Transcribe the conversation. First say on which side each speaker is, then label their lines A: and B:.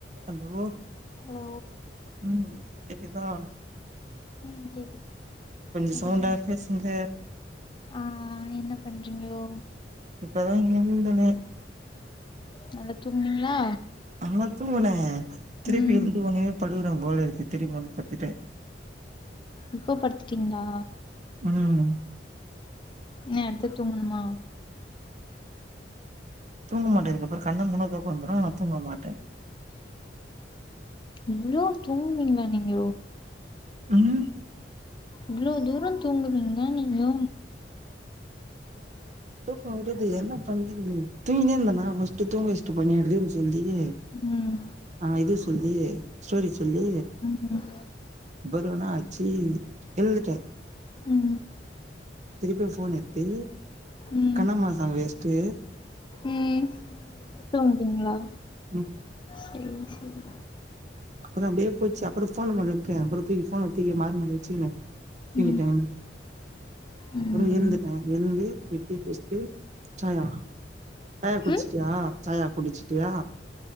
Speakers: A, on the right (about 40°); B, on the left (about 25°).
A: hello
B: hello
A: ம் கேக்குதா
B: உம் கேக்குது
A: கொஞ்சோ
B: என்ன
A: சவுண்டா
B: பண்
A: பேசுங்க
B: ஆ என்ன பண்றீங்கோ
A: இப்பதா எழுந்தனே
B: நல்லா தூங்னீங்களா
A: ஆனா தூங்குன திருப்பி
B: ம்
A: எழுந்து வந்தே படுக்குனு போல இருக்கு திரும்பி வந்து படுத்துட்டே
B: இப்ப படுத்துட்டிங்ளா
A: ம்
B: இன்னி அடுத்து தூங்கணுமா
A: தூங்க மாட்ட இதுகப்பறோ கண்ண மூடுணா தூக்கோ வந்துடு ஆனா தூங்க மாட்ட
B: இவ்ளோ தூங்குவீங்களா நீங்க
A: ம்
B: இவ்ளோ தூரோ தூங்குவீங்க நீங்ளு
A: தூக்கோ வருது என்ன பண்றது தூங்கினே இருந்தனா முட்ச்சு தூங்க வச்ட்டு போயின்னே <unintelligible> சொல்லி ல்லயே
B: ம்
A: ஆ இது சொல்லி ஸ்டோரி சொல்லி
B: ம்
A: பருவனா ஆச்சு எழுந்துட்ட
B: ம்
A: திருப்பி ஃபோன் எட்த்து
B: ம்
A: கண்ணம்மா சாங்க வஸ்ட்டு
B: ம் தூங்குறீங்களா
A: ம்
B: சேரி சேரி
A: அப்பறோ அப்டே போச்சு அப்பறோ ஃபோன் நம்பள்ட இருக்கே அப்பறோ தூக்கி ஃபோன தூக்கி மார் மேல வச்சிகினு தூங்கிட்ட
B: ம் ம்
A: அப்புறோ ஏந்துப்ப எழுந்து போய் டீ குட்ச்டு சாயா சாயா குடுச்சிட்டியா
B: ம்
A: சாயா குடுச்சுட்டியா